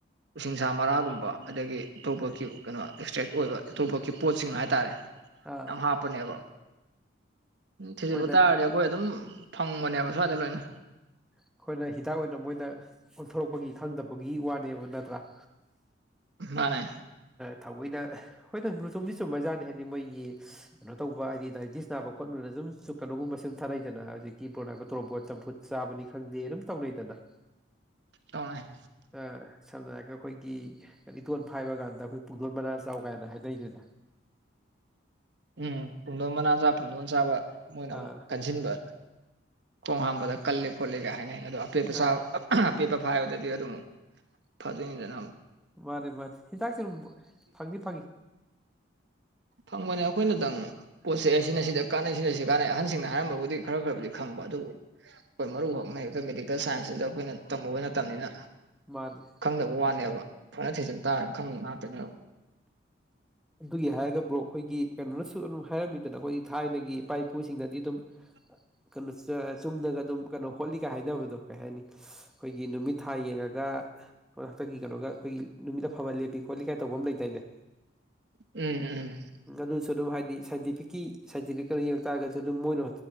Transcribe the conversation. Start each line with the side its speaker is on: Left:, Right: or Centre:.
Right: ꯎꯁꯤꯡꯁꯥ ꯃꯔꯥꯒꯨꯝꯕ ꯑꯗꯒꯤ ꯑꯇꯣꯞꯄꯣꯠꯀꯤ ꯀꯩꯅꯣ ꯑꯦꯛꯁꯇ꯭ꯔꯦꯛ ꯑꯣꯏꯕ ꯏꯇꯣꯞꯄꯣꯠꯀꯤ ꯄꯣꯠꯁꯤꯡ ꯍꯥꯏꯇꯥꯔꯦ
Centre: ꯑꯥ
Right: ꯅꯝ ꯍꯥꯄꯅꯦꯕ ꯎ ꯊꯤꯖꯤꯜꯂꯨ
Centre: ꯑꯩꯈꯣꯏꯅ
Right: ꯇꯥꯔꯗꯤ ꯑꯩꯈꯣꯏ ꯑꯗꯨꯝ ꯐꯪꯕꯅꯦꯕ ꯁ꯭ꯋꯥꯏꯗ ꯂꯣꯏꯅ
Centre: ꯑꯩꯈꯣꯏꯅ ꯍꯤꯗꯥꯛ ꯑꯣꯏꯅ ꯃꯣꯏꯅ ꯑꯣꯟꯊꯣꯔꯛꯄꯒꯤ ꯈꯪꯗꯕꯒꯤ ꯋꯥꯅꯦꯕ ꯅꯠꯇ꯭ꯔꯥ
Right: ꯃꯥꯅꯦ
Centre: ꯊꯑꯣꯏꯅ ꯍꯣꯏ ꯔꯨꯊꯨꯝꯗꯤ ꯆꯨꯝꯕꯖꯥꯠꯅꯤ ꯍꯥꯏꯗꯤ ꯃꯣꯏꯒꯤ ꯀꯩꯅꯣ ꯇꯧꯕ ꯍꯥꯏꯗꯤ ꯗꯥꯏꯕꯦꯇꯤꯁ ꯅꯥꯕ ꯈꯣꯠꯅꯕꯅ ꯁꯨꯝ ꯀꯣꯒꯨꯝꯕ ꯁꯨꯝ ꯊꯛꯅꯩꯗꯅ ꯍꯧꯖꯤꯛꯀꯤ ꯅꯥꯕ ꯇꯣꯔꯣꯄꯣꯠ ꯆꯝꯐꯨꯠ ꯆꯥꯕꯅꯤ ꯈꯪꯗꯦ ꯑꯗꯨꯝ ꯇꯧꯅꯩꯗꯅ
Right: ꯇꯧꯅꯩ
Centre: ꯑ ꯁꯝꯅ ꯍꯥꯏꯔꯣꯒ ꯑꯩꯈꯣꯏꯒꯤ ꯏꯇꯣꯟ ꯐꯥꯏꯕ ꯀꯥꯟꯗ ꯑꯗ ꯑꯩꯈꯣꯏ ꯄꯨꯡꯗꯣꯟ ꯃꯅꯥ ꯆꯥꯎ ꯀꯥꯏꯅ ꯍꯥꯏꯅꯩꯅꯤꯅ
Right: ꯎꯝ ꯄꯨꯡꯗꯣꯟ ꯃꯅꯥ ꯆꯥꯕ ꯄꯨꯡꯗꯣꯟ ꯆꯥꯕ ꯃꯣꯏꯅ ꯑꯃꯨꯛ
Centre: ꯑꯥ
Right: ꯀꯟꯁꯤꯟꯕ ꯈꯣꯡ ꯍꯥꯝꯕꯗ ꯀꯜꯂ ꯈꯣꯠꯂꯤ ꯀꯥꯏ ꯍꯥꯏꯅꯩ ꯑꯗꯣ ꯑꯄꯦꯠꯕ ꯆꯥꯕ
Centre: ꯑꯥ
Right: ꯄꯦꯠꯕ ꯐꯥꯏꯕ ꯇꯗꯤ ꯑꯗꯨꯨ ꯐꯠꯇꯗ
Centre: ꯃꯥꯅꯤ ꯃꯥꯅꯤ ꯍꯤꯗꯥꯛꯁꯦ ꯑꯗꯨ ꯐꯪꯗꯤ ꯐꯪꯏꯤ
Right: ꯐꯪꯕꯅꯦ ꯑꯩꯈꯣꯏꯅꯇꯪ ꯄꯣꯠ ꯆꯩꯁꯦ ꯁꯤꯅ ꯁꯤꯗ ꯀꯥꯟꯅꯩꯁꯤꯅ ꯁꯤꯗ ꯀꯥꯥꯟꯅꯩ ꯑꯍꯟꯁꯤꯡꯅ ꯍꯥꯏꯔꯝꯕꯕꯨꯗꯤ ꯈꯔ ꯈꯔꯕꯨꯗꯤ ꯈꯪꯕ ꯑꯗꯨꯕꯨ ꯑꯩꯈꯣꯏ ꯃꯔꯨ ꯍꯣꯛꯅ ꯍꯦꯛꯇꯥ ꯃꯦꯗꯤꯀꯦꯜ ꯁꯥꯏꯟꯁꯁꯤꯗ ꯑꯩꯈꯣꯏꯅ ꯇꯝꯃꯨꯕ ꯅꯠꯇꯥꯝꯅꯤꯝꯅ
Centre: ꯃꯥꯅꯤ
Right: ꯈꯪꯗꯕ ꯋꯥꯅꯦꯕ ꯐꯖꯅ ꯊꯤꯖꯤꯟ ꯇꯥꯔꯒ ꯈꯪꯕ ꯉꯥꯛꯇꯅꯦꯕ <inaudible>
Centre: ꯑꯗꯨꯒꯤ ꯍꯥꯏꯔꯒ ꯕ꯭ꯔꯣ ꯑꯩꯈꯣꯏꯒꯤ ꯀꯩꯅꯣꯅꯁꯨ ꯑꯗꯨꯝ ꯍꯥꯏꯔꯝꯃꯤꯗꯅ ꯑꯩꯈꯣꯏꯒꯤ ꯊꯥꯏꯅꯒꯤ ꯏꯄꯥ ꯏꯄꯨꯁꯤꯡꯅꯗꯤ ꯑꯗꯨꯝ
Right: <inaudible>
Centre: ꯀꯩꯅꯣ ꯆꯨꯝꯅꯒ ꯑꯗꯨꯝ ꯀꯩꯅꯣ ꯍꯣꯠꯂꯤꯒ ꯍꯥꯏꯅꯕꯗꯣ ꯀꯩ ꯍꯥꯏꯅꯤ ꯑꯩꯈꯣꯏꯒꯤ ꯅꯨꯃꯤꯠ ꯊꯥ ꯌꯦꯡꯉꯒ ꯈꯣꯏ ꯍꯟꯇꯛꯒꯤ ꯀꯩꯅꯣꯒ ꯑꯩꯈꯣꯏꯒꯤ ꯅꯨꯃꯤꯠ ꯑꯐꯕ ꯂꯦꯞꯄꯤ ꯈꯣꯠꯂꯤ ꯀꯥꯏ ꯇꯧꯕ ꯑꯃ ꯂꯩꯗꯥꯏꯅꯦ
Right: ꯎꯝ ꯎꯝ
Centre: ꯑꯗꯨꯁꯨ ꯑꯗꯨꯝ ꯍꯥꯏꯗꯤ ꯁꯥꯏꯟꯇꯤꯐꯤꯛꯀꯤ ꯁꯥꯏꯟꯇꯤꯅꯤꯀꯔ ꯌꯦꯡꯉ ꯇꯥꯔꯒꯖꯨ ꯑꯗꯨꯝ ꯃꯣꯏꯅ